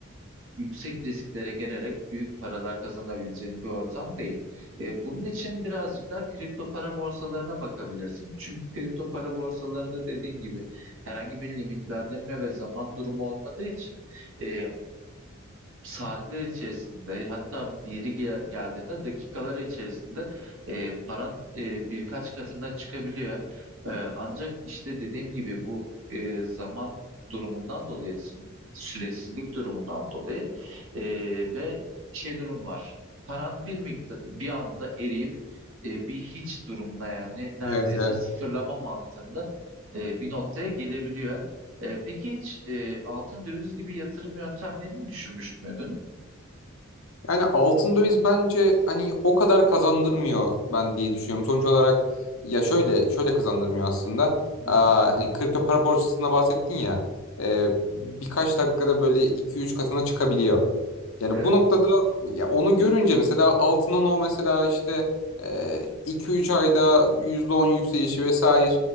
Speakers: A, on the right (about 70°); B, on the left (about 80°).
A: yüksek risklere gelerek büyük paralar kazanabileceğin bir ortam değil. E, bunun için birazcık daha kripto para borsalarına bakabilirsin. Çünkü kripto para borsalarında dediğim gibi herhangi bir limitlendirme ve zaman durumu olmadığı için e, saatler içerisinde hatta yeri ge- geldiğinde dakikalar içerisinde e, paran e, birkaç katına çıkabiliyor. E, ancak işte dediğim gibi bu e, zaman durumundan dolayı sü- süresizlik durumundan dolayı e, ve şey durum var. Paran bir miktar bir anda eriyip e, bir hiç durumuna yani neredeyse
B: Evet, evet.
A: sıfırlama mantığında e, bir noktaya gelebiliyor. E, peki hiç e, altın döviz gibi yatırım yöntemlerini düşünmüş müydün?
B: Yani altın döviz bence hani o kadar kazandırmıyor ben diye düşünüyorum. Sonuç olarak ya şöyle şöyle kazandırmıyor aslında.
A: Hı
B: Aa,
A: hı.
B: hani kripto para borsasında bahsettin ya e, birkaç dakikada böyle iki üç katına çıkabiliyor. Yani
A: Evet,
B: bu noktada ya onu görünce mesela altının o mesela işte iki üç ayda %10 yükselişi vesaire